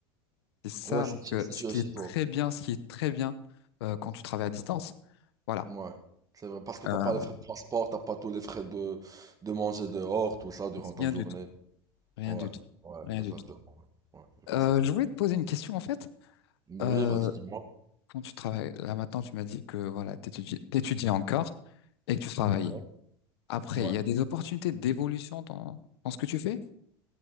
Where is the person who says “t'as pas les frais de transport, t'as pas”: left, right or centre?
Right